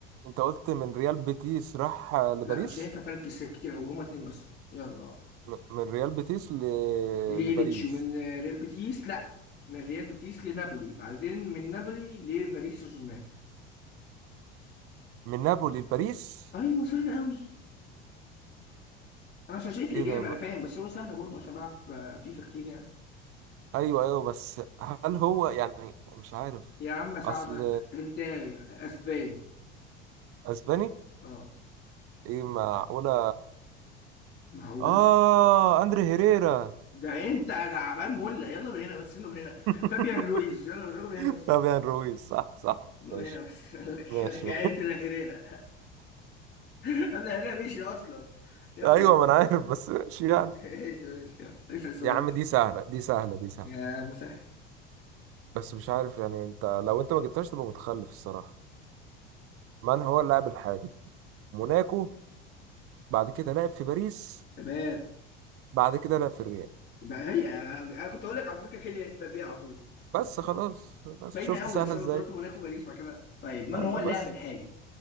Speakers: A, on the right; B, on the left.
A: انت قلت من ريال بيتيس راح آه، لباريس
B: لا مش هينفع تركز كتير قوي هما اتنين بس يلا
A: م- من ريال بيتيس ل...
B: لإيليتش
A: لباريس
B: ومن ريال بيتيس لا من ريال بيتيس لنابولي بعدين من نابولي لباريس سان جيرمان
A: من نابولي لباريس
B: ايوه سهل قوي انا عشان شايف الاجابه
A: ايه ده ب...
B: انا فاهم بس هو سهل برضه عشان بلعب في- فيفا كتير يعني
A: ايوه ايوه بس هل هو يعني مش عارف
B: يا عم اساعدك
A: اصل
B: انت اسباني
A: اسباني
B: اه
A: ايه معقولة
B: معقوله
A: اه اندري هيريرا
B: ده انت تعبان مولع يلا من هنا بس يلا من هنا
A: <laughs>
B: فابيان رويز يلا يلا من هنا بس
A: فابيان رويز صح صح
B: يلا
A: ماشي
B: من هنا بس <laughs> قال لك
A: ماشي
B: قال لك عندنا هيريرا <laughs> هذا هيريرا مشي اصلا
A: <laughs>
B: يلا
A: ايوه ما انا عارف بس ماشي يعني
B: ايش ايش اسال سؤالك
A: يا عم دي سهله دي سهله دي سهله
B: يا مسهل
A: بس مش عارف يعني انت لو انت ما جبتهاش تبقى متخلف الصراحه من هو اللاعب الحالي موناكو بعد كده لعب في باريس
B: تمام
A: بعد كده لعب في الريال
B: بقى هي انا أنا كنت اقول لك على فكره كيليان امبابي على طول
A: بس خلاص بس
B: باينه
A: شفت
B: قوي
A: سهله
B: اصلا
A: ازاي
B: انت قلت موناكو باريس بعد كده طيب من
A: ايوه
B: هو اللاعب
A: بس
B: الحالي